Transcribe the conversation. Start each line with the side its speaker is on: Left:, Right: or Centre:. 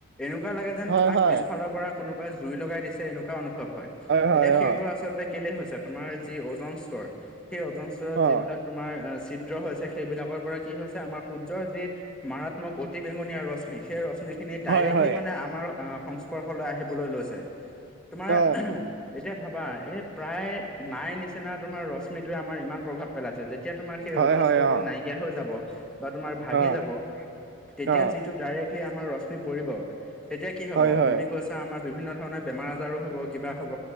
Centre: এনেকুৱা লাগে যেন
Right: হয়
Centre: তোমাক
Right: হয়
Centre: পিছফালৰ পৰা কোনোবাই জুই লগাই দিছে এনেকুৱা অনুভৱ হয়
Right: হয়
Centre: এতিয়া সেইটো
Right: অ
Centre: আচলতে কেলে হৈছে তোমাৰ যি অজন স্তৰ সেই অজন স্তৰত যিবিলাক
Right: অ
Centre: তোমাৰ ছিদ্ৰ হৈছে সেইবিলাকৰ পৰা কি হৈছে আমাৰ সূৰ্যৰ যি মাৰাত্মক উ- অতি বেঙুনীয়া ৰশ্মি সেই ৰশ্মিখিনি ডাইৰেক্টলি
Right: হয় হয়
Centre: মানে আমাৰ সং- স্পৰ্শ আহিবলৈ লৈছে। তোমাৰ
Right: অ
Centre: এতিয়া ভাবা এই প্ৰায় নাই নিচিনা তোমাৰ ৰশ্মিটোৱে আমাৰ ইমান প্ৰভাৱ পেলাইছে যেতিয়া তোমাৰ সেই
Right: হয়
Centre: অজন
Right: হয়
Centre: স্তৰটো
Right: অ
Centre: নাইকিয়া হৈ যাব বা তোমাৰ ভাগি
Right: অ
Centre: যাব তেতিয়া
Right: অ
Centre: যিটো ডাইৰেক্টলি আমাৰ ৰশ্মি পৰিব এতিয়া কি হব
Right: হয় হয়
Centre: তুমি কৈছা আমাৰ বিভিন্ন ধৰণৰ বেমাৰ আজাৰো হব কিবা হব